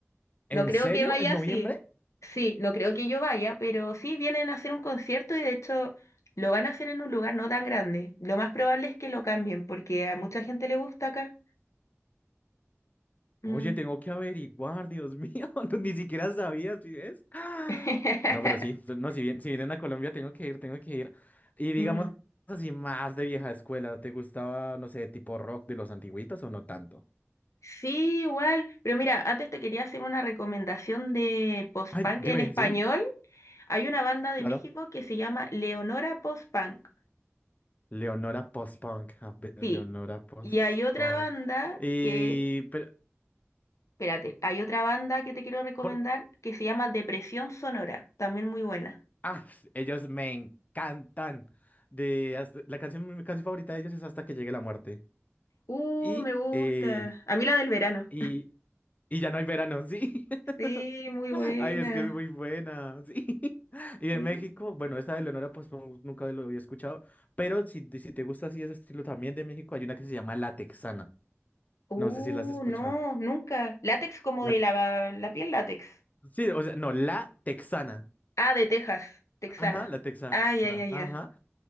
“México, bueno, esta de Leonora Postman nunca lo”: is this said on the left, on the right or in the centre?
Left